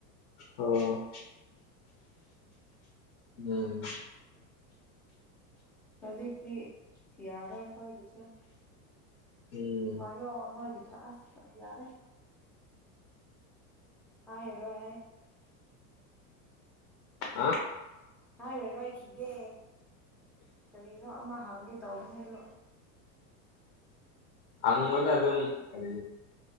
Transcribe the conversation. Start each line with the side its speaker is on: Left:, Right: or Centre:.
Left: ꯑꯣ ꯎꯝ
Centre: ꯍꯧꯖꯤꯛꯇꯤ ꯌꯥꯔꯣꯏ ꯑꯩꯈꯣꯏꯒꯤꯁꯦ
Left: ꯎꯝ
Centre: <unintelligible> ꯑꯁ ꯌꯥꯔꯦ ꯑꯥꯏꯔꯣꯏ ꯑꯥꯏ
Left: ꯑ
Centre: ꯍꯥꯏꯔꯔꯣꯏꯈꯤꯒꯦ ꯀꯔꯤꯅꯣ ꯑꯃ ꯍꯥꯡꯒꯦ ꯇꯧꯕꯅꯦ ꯑꯗꯣ
Left: ꯑꯪꯉꯂ ꯑꯗꯨꯝ ꯀꯔꯤ